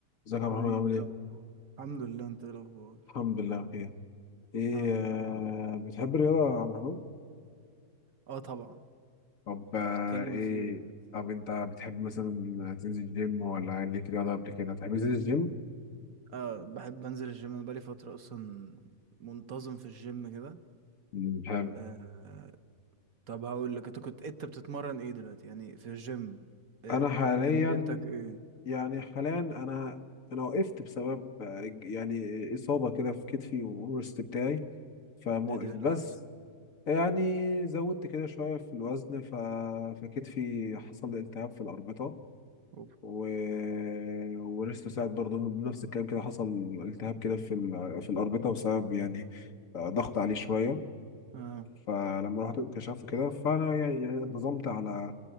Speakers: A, on the left; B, on the right.
A: ازيك يا عبد
B: حبيبي
A: الرحمن عامل
B: ايه
A: ايه؟
B: الاخبار الحمد لله انت ايه الاخبار
A: الحمد لله بخير. ايه
B: الحمد
A: آه
B: لله
A: بتحب الرياضة يا عبد الرحمن؟
B: اه طبعا
A: طب
B: انت
A: آه
B: بتتكلم
A: ايه
B: في إيه؟
A: طب انت بتحب مثلا تنزل جيم ولا ليك رياضة قبل كده؟ بتحب تنزل الجيم؟
B: آه بحب انزل الجيم انا بقالي فتره اصلا منتظم في الجيم كده
A: مم، حلو.
B: آه طب هقول لك انت كنت انت بتتمرن ايه دلوقتي يعني في الجيم آه
A: انا حاليا
B: تمرينتك تمرين
A: يعني حاليا انا انا وقفت بسبب آه، يعني اصابة كده في كتفي والورست بتاعي فموقف
B: ايه ايه ده ايه
A: بس
B: اللي حصل
A: يعني زودت كده شوية في الوزن ف... فكتفي حصل لي التهاب في الأربطة
B: أوف.
A: و... وريستو ساعد برضه بنفس الكلام كده حصل التهاب كده في ال... في الأربطة بسبب يعني آه، ضغط عليه شوية
B: اه
A: فلما رحت انكشفت كده فأنا يعني يعني انتظمت على